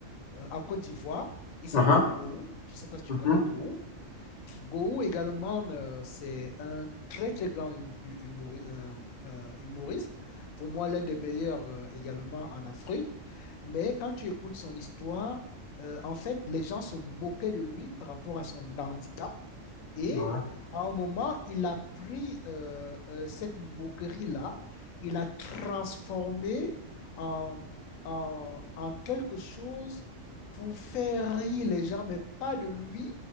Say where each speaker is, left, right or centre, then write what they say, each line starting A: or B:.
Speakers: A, on the left; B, on the left.
A: euh, en Côte d'Ivoire. Il s'appelle
B: Mmh mh.
A: Gou. Je ne sais pas si tu
B: Mmh
A: connais Gou. Gohou également, euh, c'est un très très grand hum- hu- humori- euh, euh, humoriste, pour moi l'un des meilleurs euh, également en Afrique, mais quand tu écoutes son histoire, euh, en fait, les gens se moquaient de lui par rapport à son handicap et
B: Ouais.
A: à un moment, il a pris euh, euh, cette moquerie-là, il a transformé en, en, en quelque chose pour faire rire les gens, mais pas de lui,